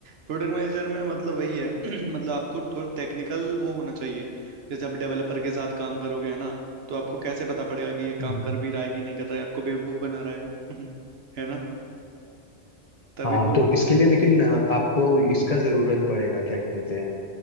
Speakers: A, on the right (about 55°); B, on the left (about 35°).
A: प्रोडक्ट मैनेजर में मतलब वही है <clears throat> मतलब आपको थोड़ा टेक्निकल वो होना चाहिए जैसे आप डेवलपर के साथ काम करोगे है ना तो आपको कैसे पता पड़ेगा कि ये काम
B: हम्म।
A: कर भी रहा है कि नहीं कर रहा है आपको बेवकूफ बना रहा है <laughs> है ना तभी
B: हाँ
A: तो
B: तो इसके लिए लेकिन अ, आपको इसका जरूरत पड़ेगा क्या कहते हैं